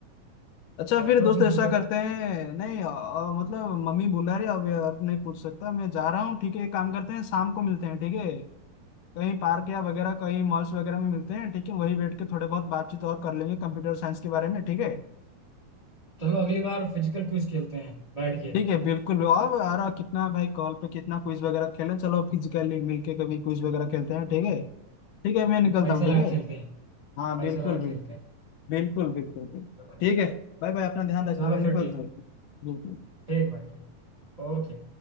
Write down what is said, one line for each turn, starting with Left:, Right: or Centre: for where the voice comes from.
Left: अच्छा
Right: और
Left: फिर
Right: चलो
Left: दोस्त
Right: तुम
Left: ऐसा
Right: पूछो
Left: करते हैं नहीं अ, अ, मतलब मम्मी बुला रही है, अब यार नहीं पूछ सकता मैं जा रहा हूँ ठीक है एक काम करते हैं शाम को मिलते हैं ठीक है कहीं पार्क या वगैरह कहीं मॉल्स वगैरह में मिलते हैं ठीक है वहीं बैठ के थोड़े बहुत बातचीत और कर लेंगे कंप्यूटर साइंस के बारे में ठीक है
Right: चलो अगली बार फिजिकल क्विज खेलते हैं बैठ के
Left: ठीक है बिल्कुल और यार कितना भाई कॉल पे कितना क्विज वगैरह खेलें चलो फिजिकली मिलके कभी क्विज वगैरह खेलते हैं ठीक है ठीक है मैं निकलता
Right: पैसा
Left: हूँ
Right: लगा
Left: ठीक है
Right: खेलते हैं
Left: हाँ
Right: पैसा
Left: बिल्कुल
Right: लगा
Left: बिल्कुल
Right: खेलते
Left: बिल्कुल बिल्कुल बिल्कुल
Right: हैं
Left: ठीक है बाय बाय अपना ध्यान रखना
Right: चलो
Left: मैं निकलता
Right: फिर ठीक
Left: हूँ बिल्कुल
Right: ठीक भाई ठीक ओके